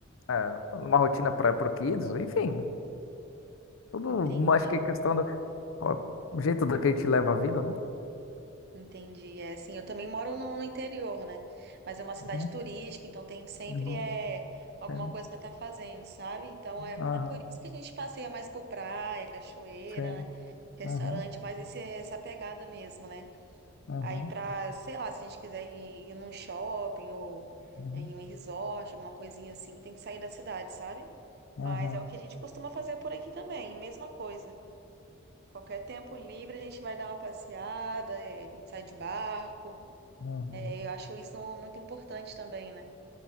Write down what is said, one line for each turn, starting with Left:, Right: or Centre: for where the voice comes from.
Left: é, numa rotina para o Kids, enfim, tudo
Right: Entendi,
Left: acho que é questão do ó, o jeito do que a gente leva a vida, né?
Right: entendi. É assim, eu também moro no interior, né? Mas é uma cidade
Left: Uhum,
Right: turística, então tem sempre
Left: uhum,
Right: é alguma
Left: sim,
Right: coisa pra estar fazendo, sabe? Então é,
Left: aham,
Right: é por isso que a gente passeia mais por praia, cachoeira,
Left: sim,
Right: né? Restaurante,
Left: uhum,
Right: mas esse, essa pegada mesmo, né?
Left: uhum,
Right: Aí pra, sei lá, se a gente quiser ir, ir num shopping ou
Left: uhum,
Right: é, em um resort, alguma coisinha assim, tem que sair da cidade, sabe?
Left: uhum,
Right: Mas é o que a gente costuma fazer por aqui também, mesma coisa. Qualquer tempo livre a gente vai dar uma passeada, é, a gente sai de barco.
Left: uhum.
Right: É, eu acho isso muito importante também, né?